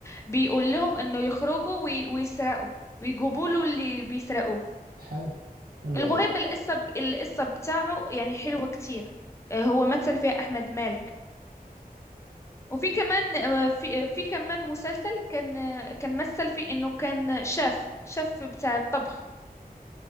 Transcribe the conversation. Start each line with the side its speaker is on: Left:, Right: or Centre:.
Left: بيقول لهم إنه يخرجوا وي- ويسرقوا ويجيبوا له اللي بيسرقوه
Right: حلو حلو
Left: المهم
Right: قوي
Left: القصة القصة بتاعه يعني حلوة كتير آه، هو مثل فيها أحمد مالك وفي كمان آه، في آه، في كمان مسلسل كان آه، كان مثل فيه إنه كان شاف شاف بتاع الطبخ